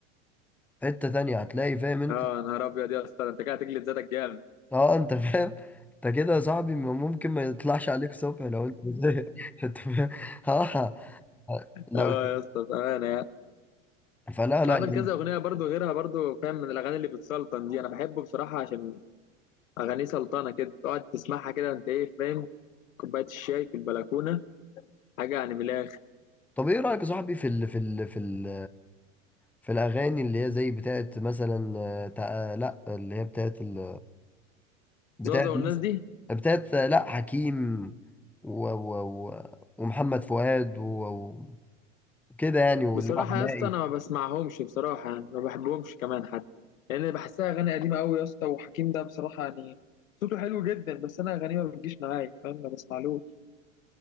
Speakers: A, in the centre; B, on the left.
A: حتة تانية هتلاقي فاهم انت
B: اه نهار ابيض يا اسطى ده انت كده هتجلد ذاتك جامد
A: اه انت <laughs> فاهم انت كده يا صاحبي ما- ممكن ما يطلعش عليك صبح لو انت بس- <laughs> انت فاهم اه لو
B: اه
A: <laughs>
B: يا اسطى بامانه يعني.
A: فلا لا
B: عمل
A: يعني
B: كذا اغنيه برضو غيرها برضو فاهم من الاغاني اللي بتسلطن دي انا بحبه بصراحه عشان اغانيه سلطنه كده تقعد تسمعها كده انت ايه فاهم كوبايه الشاي في البلكونه حاجه يعني من الاخر
A: طب ايه رأيك يا صاحبي في ال في ال في ال في الاغاني اللي هي زي بتاعت مثلا آه، تع- آه، لا اللي هي بتاعت ال بتاعت
B: زوزه والناس
A: مثلا
B: دي
A: بتاعت آه، لا حكيم و و و ومحمد فؤاد و- و- وكده يعني واللي
B: بصراحه
A: هو حماقي
B: يا اسطى انا ما بسمعهمش بصراحه يعني ما بحبهمش كمان حتى لان يعني بحسها اغاني قديمه قوي يا اسطى وحكيم ده بصراحه يعني صوته حلو جدا بس انا اغانيه ما بتجيش معايا فاهم ما بسمعلوش